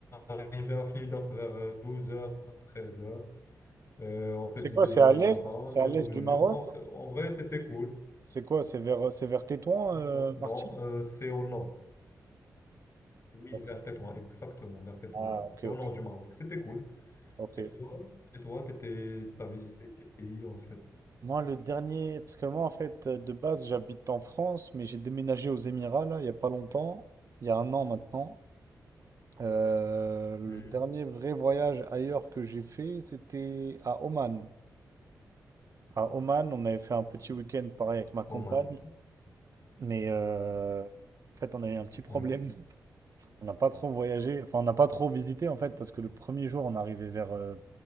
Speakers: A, on the left; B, on the right.
A: arrivé à Fnida vers 12h, 13h. on a petit
B: C'est quoi?
A: déjeuner
B: C'est à l'est?
A: là-bas. On
B: C'est à
A: est
B: l'est
A: revenu.
B: du Maroc?
A: En, fait- en vrai, c'était cool.
B: C'est quoi? C'est vers, c'est vers Tétouan,
A: Non,
B: euh, Martinique?
A: non, euh, c'est au nord. Oui,
B: Ok.
A: vers Tétouan, exactement, vers Tétouan.
B: Ah, ok,
A: C'est au
B: ok,
A: nord du Maroc. C'était cool.
B: ok.
A: Et toi, et toi, t'étais, t'as visité quel pays en fait?
B: Moi, le dernier, parce que moi, en fait, euh, de base, j'habite en France, mais j'ai déménagé aux Émirats là, il y a pas longtemps, il y a un an maintenant. Euh, le
A: Mhm.
B: dernier vrai voyage ailleurs que j'ai fait, c'était à Oman. À Oman, on avait fait un petit week-end pareil avec ma compagne,
A: Oman.
B: mais euh, en fait, on a eu un petit problème.
A: Oui,
B: On n'a pas trop voyagé, enfin on n'a pas trop visité en fait, parce que le premier jour on arrivait vers, euh,